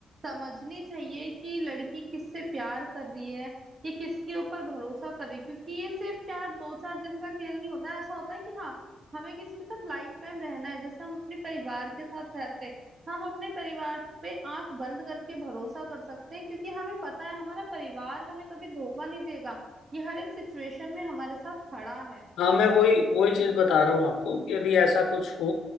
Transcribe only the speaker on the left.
हाँ मैं वही वही चीज बता रहा हूँ आपको कि यदि ऐसा कुछ हो